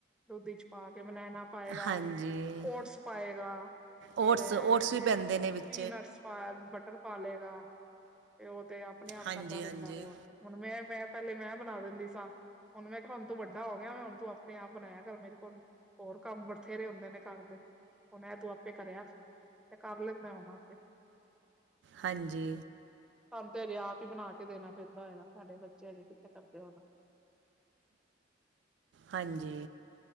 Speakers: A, in the centre; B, on the right.
A: ਦੁਧ ਵਿਚ ਪਾ ਕੇ ਬਨੈਨਾ ਪਾਏਗਾ,
B: ਹਾਂਜੀ
A: ਓਟਸ ਪਾਏਗਾ ਫੇਰ--ਆ
B: ਓਟਸ ਓਟਸ ਵੀ ਪੈਂਦੇ ਨੇ ਵਿੱਚ
A: ਪੀਨਟਸ ਪਾ ਬਟਰ ਪਾ ਲਏਗਾ ਤੇ ਉਹ ਤੇ ਆਪਣੇ ਆਪ
B: ਹਾਂਜੀ
A: ਕਰਦਾ ਰਹਿੰਦਾ
B: ਹਾਂਜੀ
A: ਵੇ ਹੂਨ। ਹੁਣ ਮੈਂ, ਮੈਂ ਪਹਿਲੇ ਮੈਂ ਬਣਾ ਦਿੰਦੀ ਸਾਂ ਹੁਣ ਮੈਂ ਕਿਹਾ ਹੁਣ ਤੂੰ ਵੱਡਾ ਹੋ ਗਿਆ ਮੈਂ ਹੁਣ ਤੂੰ ਆਪਣੇ ਆਪ ਬਣਾਇਆ ਕਰ ਮੇਰੇ ਕੋਲ ਹੋਰ ਕੰਮ ਬ, ਬਥੇਰੇ ਹੁੰਦੇ ਨੇ ਘਰ ਦੇ ਉਹਨੇ ਇਹ ਤੂੰ ਆਪੇ ਕਰਿਆ ਕਰ ਤੇ ਕਰ ਲੈਂਦਾ ਹੂਣ ਆਪੇ, ਪੇ।
B: ਹਾਂਜੀ।
A: ਸਾਨੂੰ ਤੇ ਅਜੇ ਆਪ ਹੀ ਬਣਾ ਕੇ ਦੇਣਾ ਪੈਂਦਾ ਏ ਨਾ। ਸਾਡੇ ਬੱਚੇ ਹਜੇ ਕਿੱਥੇ ਕਰਦੇ ਹੁਨਂ?
B: ਹਾਂਜੀ।